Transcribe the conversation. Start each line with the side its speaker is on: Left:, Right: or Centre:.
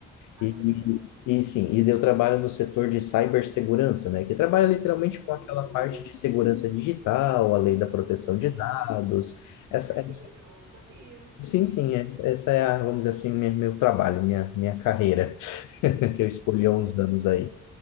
Right: ah,
Left: E,
Right: que legal.
Left: e, e sim, e daí eu trabalho no setor de cibersegurança, né, que trabalha literalmente
Right: Hum,
Left: com aquela parte de segurança digital, a lei da proteção
Right: Sim.
Left: de dados, essa,
Right: Ai,
Left: essa,
Right: que legal, não sabia.
Left: sim, sim, essa, essa é a, vamos dizer assim, o meu, meu trabalho, minha, minha carreira, <laughs> que eu escolhi há uns
Right: <laughs>
Left: anos aí.